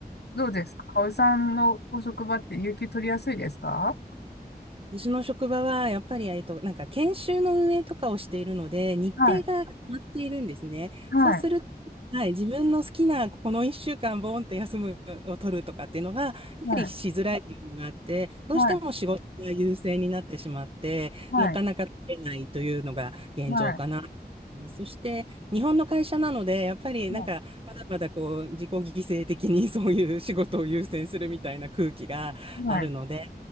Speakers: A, on the left (about 80°); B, on the right (about 35°).
A: どうですかおさんのご職場って有給取りやすいですか
B: 私の職場は、やっぱり、えっと、なんか、研修の運営とかをしているので、日程が決まっているんですね。
A: はい、はい、
B: そうすると、はい、自分の好きな、この1週間、ボーンと休むを取るとかっていうのが、やっぱりしづらいっていうのがあって、
A: はい、
B: どうしても仕事が優先になってしまって、
A: はい、はい、
B: なかなか取れないというのが現状かなと思います。
A: はい、
B: そして、日本の会社なので、やっぱり、なんか、
A: は
B: まだまだこう、自己犠牲的にそういう仕事を優先するみたいな空気があるので、
A: い、はい。